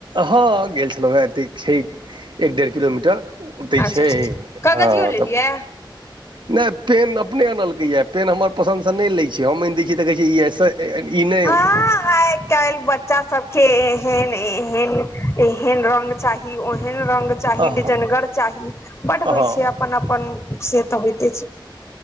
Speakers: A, on the right; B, on the left.
A: हँ गेल छेलौ हेँ एतेक छै एक डेढ़ किलोमीटर। एतै
B: अच्छा
A: छै
B: अच्छा कागजियो
A: हँ
B: लेलियै
A: तब। नै पेन अपने आनलकैये पेन हमर पसन्दसँ नै लै छै हम अइन दै छियै तऽ कहै छै ई अइसा तऽ एलियै ने
B: हँ आय कैल्ह बच्चा सबके एहन- एहन। एहन रंग चाही ओहेन रंग - चाही
A: हँ
B: डीजनगर चाही बड होय
A: हँ
B: छै अपन -अपन से तऽ होय